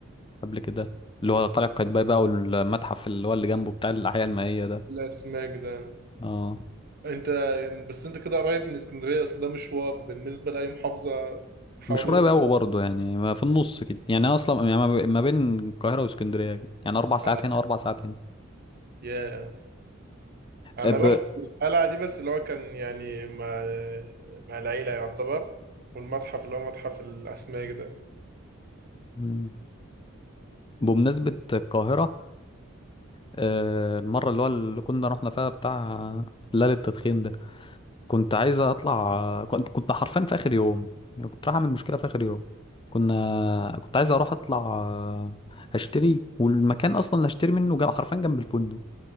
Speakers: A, on the left (about 25°); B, on the right (about 45°).
A: قبل كده اللي هو قلعة قايتباي بقى والمتحف اللي هو اللي جنبه بتاع الأحياء المائية ده
B: الاسماك ده
A: اه
B: انت يعني، بس انت كده قريب من اسكندريه اصل ده مشوار بالنسبه لاي محافظه حوالين
A: مش قريب
B: القاهره
A: أوي برضه يعني ما في النص كده يعني أنا أصلا يعني ما ما بين القاهرة واسكندرية كده يعني أربع ساعات
B: انا
A: هنا أربع ساعات هنا
B: يا انا
A: أه، ب...
B: رحت القلعه دي بس اللي هو كان يعني مع مع العيله يعتبر والمتحف اللي هو متحف الاسماك ده
A: مم. بمناسبة القاهرة آه، المرة اللي هو اللي كنا رحنا فيها بتاع ليلة التدخين ده كنت عايز أطلع كنت كنت حرفيا في آخر يوم يعني كنت رايح أعمل مشكلة في آخر يوم كنا كنت عايز أروح أطلع آه، هشتري والمكان اصلا اللي هشتري منه جنب حرفيا جنب الفندق